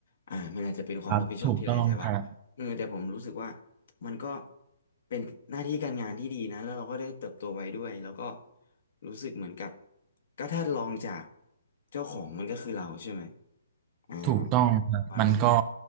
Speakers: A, on the left (about 60°); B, on the right (about 25°).
A: อ่ามันอาจจะเป็นความรับผิดชอบที่หลายแต่ว่าเออแต่ผมรู้สึกว่า
B: ครับถูกต้องครับ
A: มันก็เป็นหน้าที่การงานที่ดีนะแล้วเราก็ได้เติบโตไว้ด้วยแล้วก็รู้สึกเหมือนกับก็ถ้าลองจากเจ้าของมันก็คือเราใช่ไหม อ่า
B: ถูกต้องครับมันก็
A: บ้าง